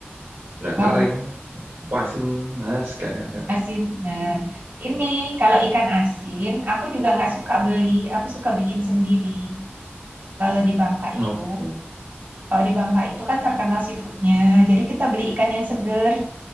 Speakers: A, on the right; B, on the right.
A: Udah
B: Bau
A: kering, pasin, nas, kayak kayak. kayak.
B: asin. Nah, ini kalau ikan asin, aku juga nggak suka beli. Aku suka bikin sendiri. Kalau di Bangka
A: Oke.
B: itu, kalau di Bangka itu kan terkenal seafoodnya. Jadi kita beli ikan yang seger.